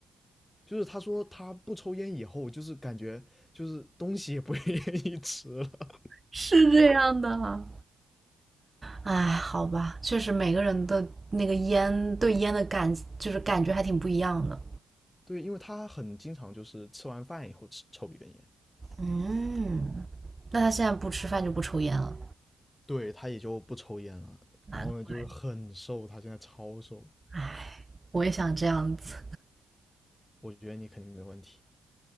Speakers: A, on the left (about 20°); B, on the right (about 25°).
A: 就是他说他不抽烟以后，就是感觉就是东西也不愿意吃了。
B: 是这样的。哎，好吧，确实每个人的那个烟对烟的感就是感觉还挺不一样的。
A: 对，因为他很经常就是吃完饭以后吃抽一根烟，
B: 嗯，那他现在不吃饭就不抽烟了，
A: 对，他也就不抽烟了。
B: 难怪。
A: 然后呢，就是很瘦，他现在超瘦。
B: 哎，我也想这样子。
A: 我觉得你肯定没问题。